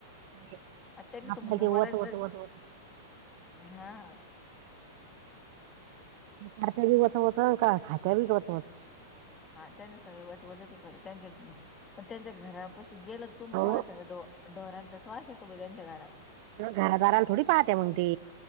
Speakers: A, on the right; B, on the left.
A: नाही.
B: त्यांच्यासोबत
A: आपल्याला
B: मी
A: ते
B: बऱ्याच
A: वच वच वच वच
B: हा.
A: ते कात्या बी वत होत का खात्या बीत होत.
B: हा त्यांचे सगळे व वजची कर त्यांचे त्यांच्या घरा पशी गेल तुम
A: अहो
B: पाहा सग डोर्यांचाच वास आहे तुम्ही त्यांच्या घरात.
A: घरादाराला थोडी पाहत मग ते.